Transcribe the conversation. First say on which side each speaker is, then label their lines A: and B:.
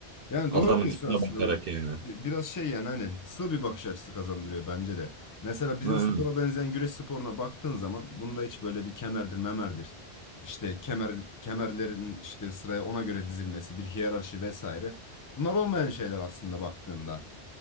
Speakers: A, on the left; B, on the right.
A: Yani
B: Adamın
A: doğru diyorsun
B: tipine
A: aslında.
B: bakarak
A: Bu
B: yani.
A: bi- Biraz şey yani hani sığ bir bakış açısı kazandırıyor bence de. Mesela bizim
B: Yani.
A: spora benzeyen güreş sporuna baktığın zaman bunda hiç böyle bir kemerdir, memerdir. İşte kemer kemerlerin işte sıraya ona göre dizilmesi, bir hiyerarşi vesaire. Bunlar olmayan şeyler aslında baktığında.